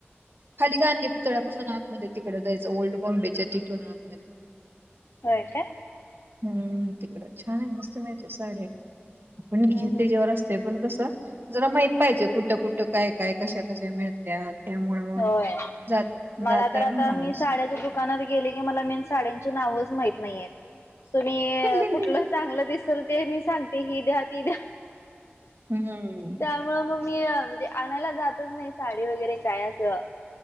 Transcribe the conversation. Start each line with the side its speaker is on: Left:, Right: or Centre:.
Right: खाली गांधी पुतळ्यापासून आतमध्ये तिकडं जायचं ओल्ड बॉम्बेच्या तिथून आतमध्ये
Left: हो का
Right: हम्म तिकडे छान मस्त म साडे्या आपण घेल
Left: हम्म हम्म
Right: त्याच्यावर असतोय पण कस जरा माहिित पाहिजे कुठं कुठं काय काय कशा कशा मिळत्या त्यामुळे मग
Left: होय
Right: जात
Left: मला
Right: जाते
Left: तर आता
Right: नाही माणूस
Left: मी साड्याच्या दुकानात गेले की मला मेन साड्यांची नावच माहिती नाही आहेत त म
Right: हम्म
Left: कुठलं चांगलं दिस असल ते मी सांगते ही द्या ती द्या
Right: हम्म
Left: त्यामुळे मग मी म्हणजे आणायला जातच नाही साडी वगैरे काय अस तर